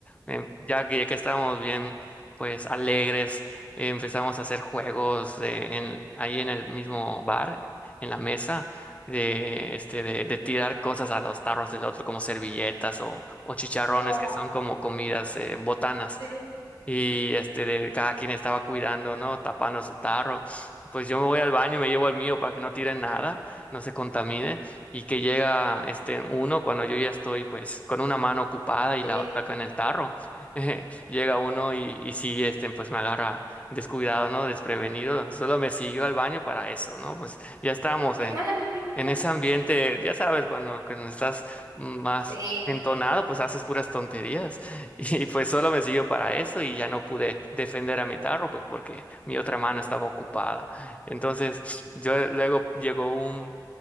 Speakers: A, on the left; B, on the right.
A: Em, Ya que, ya que estábamos bien pues alegres, empezamos a hacer juegos eh, en, ahí en el mismo bar, en la mesa de, este, de, de tirar cosas a los tarros del otro, como servilletas o, o chicharrones,
B: No,
A: que son como comidas, eh, botanas
B: sí,
A: y este de cada quien estaba cuidando, ¿no? Tapando su tarro. Pues yo me voy al baño, me llevo el mío para que no tire nada, no se contamine y que llega este uno cuando yo ya estoy pues con una mano ocupada y
B: sí,
A: la otra con el tarro. <laughs> llega uno y, y sí, este pues me agarra descuidado, ¿no? Desprevenido. Solo me siguió al baño para eso, ¿no? Pues ya estamos
B: qué
A: en
B: maldito.
A: en ese ambiente, ya sabes, cuando, cuando estás más
B: Sí,
A: entonado, pues haces puras tonterías. Y pues solo me sirvió para eso y ya no pude defender a mi tarro, pues porque mi otra mano estaba ocupada. Entonces, yo luego llegó un,